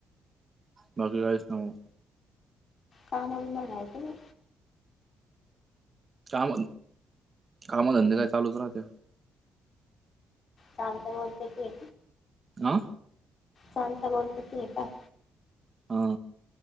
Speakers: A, on the right (about 35°); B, on the left (about 50°).
A: बघणारेस का मग
B: थांब आलो म्हणायचं नई?
A: काम कामधंदे काय चालूच राहते.
B: चालतंय बोलते की
A: नाह
B: चालते बोलते ठीक आहे.
A: हा